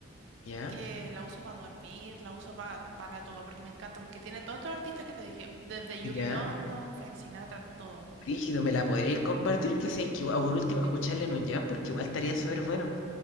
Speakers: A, on the left (about 65°); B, on the right (about 65°).
A: Ya,
B: que la uso para dormir, la uso pa- para todo, porque me encanta, porque tiene todos estos artistas que te dije, desde
A: ya.
B: Julie London, Frank Sinatra, todo.
A: Rígido, ¿me la podréis compartir? Que sé que igual- o por último
B: Sí,
A: escucharla
B: po.
A: en un jam, porque igual estaría súper bueno.